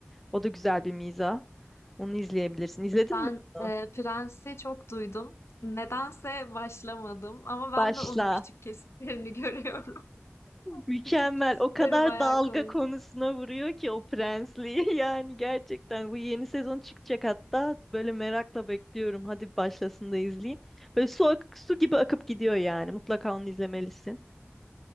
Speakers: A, in the centre; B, on the left (about 75°).
A: O da güzel bir mizah. Onu izleyebilirsin. İzledin
B: Ben
A: mi onu?
B: e, Prens'i çok duydum. Nedense başlamadım ama ben
A: Başla.
B: de onun küçük kesitlerini <laughs> görüyorum.
A: Mükemmel.
B: Küçük kesitleri
A: O kadar
B: bayağı
A: dalga
B: komik.
A: konusuna vuruyor ki o prensliği. <laughs> Yani gerçekten bu yeni sezon çıkacak hatta. Böyle merakla bekliyorum. Hadi başlasın da izleyeyim. Böyle su, ak- su gibi akıp gidiyor yani. Mutlaka onu izlemelisin.